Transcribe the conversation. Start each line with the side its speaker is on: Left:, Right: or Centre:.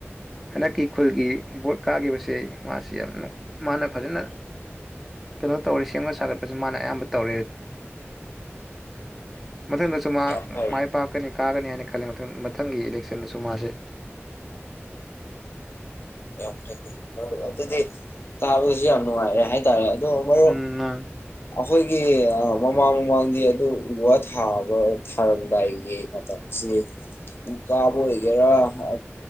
Centre: ꯍꯟꯗꯛꯀꯤ ꯈꯨꯜꯒꯤ ꯕꯣꯠ ꯀꯥꯈꯤꯕꯁꯦ ꯃꯥꯁꯤ ꯌꯥꯝ ꯃꯥꯅ ꯐꯖꯅ ꯀꯩꯅꯣ ꯇꯧꯔꯦ ꯁꯦꯝꯒꯠ ꯁꯥꯒꯠꯄꯁꯦ ꯃꯥꯅ ꯑꯌꯥꯝꯕ ꯇꯧꯔꯦ ꯃꯊꯪꯗꯁꯨ ꯃꯥ
Left: ꯌꯥꯝ ꯐꯔꯦ
Centre: ꯃꯥꯏ ꯄꯥꯛꯀꯅꯤ ꯀꯥꯒꯅꯤ ꯍꯥꯏꯟ ꯈꯂ ꯃꯊꯪ ꯃꯊꯪꯒꯤ ꯏꯂꯦꯛꯁꯟꯗꯁꯨ ꯃꯥꯁꯦ
Left: ꯌꯥꯝ ꯐꯩꯩ ꯑꯗꯨꯗꯤ ꯇꯥꯕꯗꯁꯨ ꯌꯥꯝ ꯅꯨꯡꯉꯥꯏꯔꯦ ꯍꯥꯏꯇꯥꯔꯦ ꯑꯗꯣ ꯃꯔꯨꯞ
Centre: ꯎꯝ ꯃꯥꯅꯤ
Left: ꯑꯩꯈꯣꯏꯒꯤ ꯃꯃꯥꯡ ꯃꯃꯥꯡꯗꯤ ꯑꯗꯨ ꯎ ꯋꯥ ꯊꯥꯕ ꯊꯥꯔꯝꯗꯥꯏꯒꯤ ꯃꯇꯝꯁꯤ ꯎ ꯀꯥꯕ ꯑꯣꯏꯒꯦꯔꯥ ꯑ